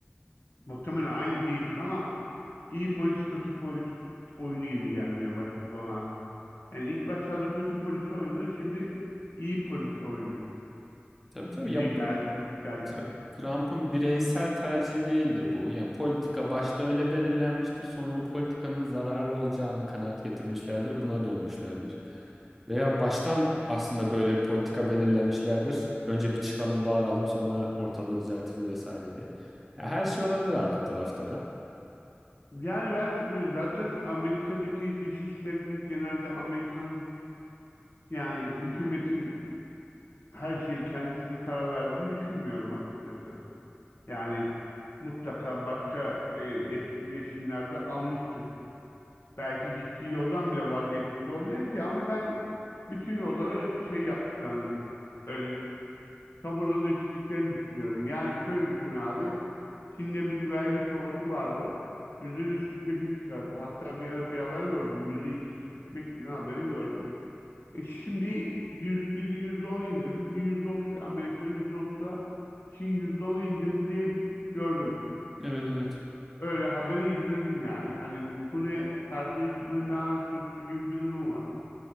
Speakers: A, on the left; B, in the centre.
A: muhtemelen aynı değildir ama iyi polis kötü polis oyunu gibi gelmeye başladı bana artık. Yani ilk başlarda kötü polis oynadı, şimdi iyi polis oynuyor
B: Tabii tabii
A: gibi
B: ya
A: geldi.
B: bu
A: geldi.
B: Tr- Trump'ın bireysel tercihi değildir bu. Yani politika başta öyle belirlenmiştir. Sonra o politikanın zararlı olacağını kanaat getirmişlerdir. Buna dönmüşlerdir. Veya baştan aslında böyle bir politika belirlemişlerdir. Önce bir çıkalım, bağıralım, sonra ortalığı düzeltiriz vesaire diye. Ya her şey olabilir arka tarafta ya.
A: Yani ben zaten Amerika'daki dış işlerinin genelde Amerika'nın yani hükümetin her şeyi kendisinin karar verdiğini düşünmüyorum açıkçası. Yani mutlaka başka e, etkileşimlerde almıştır. Belki gittiği yoldan bile vazgeçmiş olabilir ki ama ben bütün yolları şey yaptıklarını, öyle sabırla döşediklerini düşünüyorum. Yani şöyle düşün abi, Çin'de bir vergi savaşı vardı. %145'e çıkardı. Hatta bir ara bir haber gördüm. %245 falan haberi gördüm. E şimdi 101 %10'a indirdi. Bir yüzde otuz Amerika yüzde otuza, Çin %10'a indirdi diye gördüm.
B: Evet evet.
A: Öyle haberi izledim yani. Hani bu ne perhiz, bu ne lahana turşusu gibi bir durum var